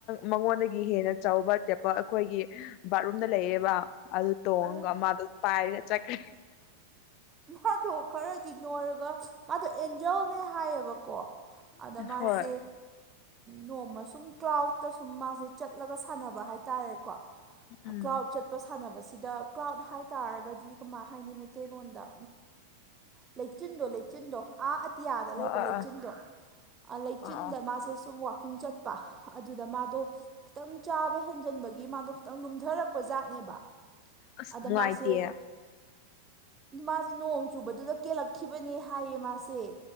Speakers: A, on the left (about 40°); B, on the right (about 20°).
A: ꯃꯉꯣꯟꯗꯒꯤ ꯍꯦꯟꯅ ꯆꯥꯎꯕ ꯆꯦꯞꯄꯜ ꯑꯩꯈꯣꯏꯒꯤ ꯕꯥꯠꯔꯨꯝꯗ ꯂꯩꯌꯦꯕ ꯑꯗꯨ ꯇꯣꯡꯉꯒ
B: ꯎꯝ
A: ꯃꯥꯗꯣ ꯄꯥꯏꯔꯒ ꯆꯠꯈ꯭ꯔꯦ
B: ꯃꯥꯗꯣ ꯈꯔꯗꯤ ꯅꯣꯏꯔꯒ ꯃꯥꯗꯣ ꯑꯦꯟꯖꯦꯜꯅꯦ ꯍꯥꯏꯌꯦꯕꯀꯣ ꯑꯗ ꯃꯥꯁꯦ
A: ꯍꯣꯏ
B: ꯅꯣꯡꯃ ꯁꯨꯝ ꯀ꯭ꯂꯥꯎꯠ ꯇ ꯁꯨꯝ ꯃꯥꯁꯦ ꯆꯠꯂꯒ ꯁꯥꯟꯅꯕ ꯍꯥꯏꯇꯥꯔꯦꯀꯣ
A: ꯎꯝ
B: ꯀ꯭ꯂꯥꯎꯠ ꯆꯠ ꯁꯥꯟꯅꯕꯁꯤꯗ ꯀ꯭ꯂꯥꯎꯠ ꯍꯥꯏꯇꯥꯥꯔꯒꯗꯤ ꯀꯃꯥꯏ ꯍꯥꯏꯅꯤ ꯃꯩꯇꯩꯔꯣꯟꯗ ꯂꯩꯆꯤꯟꯗꯣ ꯂꯩꯆꯤꯟꯗꯣ ꯑꯥ ꯑꯇꯤꯌꯥꯗ ꯂꯩꯕ
A: ꯍꯣꯏ
B: ꯂꯩꯆꯤꯟꯗꯣ
A: ꯑ ꯑꯥ
B: ꯂꯩꯆꯤꯟꯗ
A: ꯑꯥ ꯑꯥ
B: ꯃꯥꯁꯦ ꯁꯨꯝ ꯋꯥꯀꯤꯡ ꯆꯠꯄ ꯑꯗꯨꯗ ꯃꯥꯗꯣ ꯈꯤꯇꯪ ꯆꯥꯕ ꯍꯦꯟꯖꯟꯕꯒꯤ ꯃꯥꯗꯣ ꯈꯤꯇꯪ ꯂꯨꯝꯊꯔꯛꯄ ꯖꯥꯠꯅꯦꯕ
A: ꯑꯁ
B: ꯑꯗ
A: ꯅꯨꯡꯉꯥꯏꯇꯦ
B: ꯃꯥꯁꯦ ꯑꯗꯨ ꯃꯥꯁꯦ ꯅꯣꯡ ꯆꯨꯕꯗꯨꯗ ꯀꯦꯜꯂꯛꯈꯤꯕꯅꯦ ꯍꯥꯏꯌꯦ ꯃꯥꯁꯦ